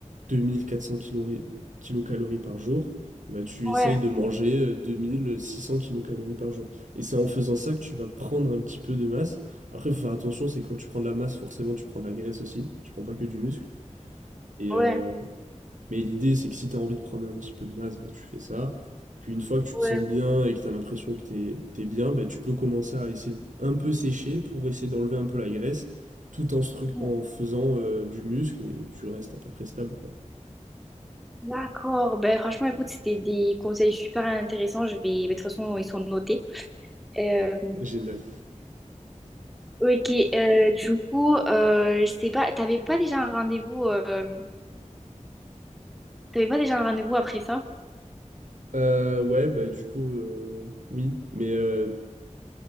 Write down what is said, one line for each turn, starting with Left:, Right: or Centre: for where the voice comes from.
Right: 2400 kilori- kilocalories par jour, bah tu essayes
Centre: Ouais,
Right: de manger euh, 2600 kilocalories par jour. Et c'est en faisant ça que tu vas prendre un petit peu de masse. Après, il faut faire attention, c'est quand tu prends de la masse, forcément, tu prends de la graisse aussi, tu prends pas que du muscle. Et, euh,
Centre: ouais,
Right: mais l'idée, c'est que si tu as envie de prendre un petit peu de masse, bah, tu fais ça. Puis une fois que tu
Centre: ouais.
Right: te sens bien et que tu as l'impression que t'es, t'es bien, bah, tu peux commencer à essayer de un peu sécher pour essayer d'enlever un peu la graisse, tout en, stru-
Centre: Bon.
Right: en faisant euh, du muscle et que tu restes à peu près stable, quoi.
Centre: D'accord. Ben, franchement, écoute, c'était des conseils super intéressants. Je vais... ben, de toute façon, ils sont notés. Euh,
Right: <laughs> Génial.
Centre: Ok. euh, du coup, euh, je sais pas, t'avais pas déjà un rendez-vous... euh, T'avais pas déjà un rendez-vous après ça?
Right: Euh, ouais, bah du coup, euh, oui, mais euh,